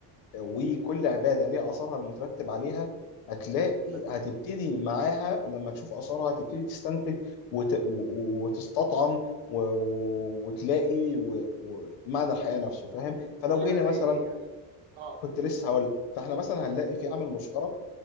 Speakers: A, on the left; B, on the right.
A: وكل عباده ليها اثرها المترتب عليها هتلاقي
B: حلو
A: هتبتدي معاها لما تشوف اثرها هتبتدي تستنتج وت... و- و- وتستطعم و... و- وتلاقي و... و... معنى الحياه نفسه فاهم فلو
B: قول لي
A: جينا
B: بقى زي
A: مثلا
B: ايه يعني اه
A: كنت لسه هقول فاحنا مثلا هنلاقي في عامل مشترك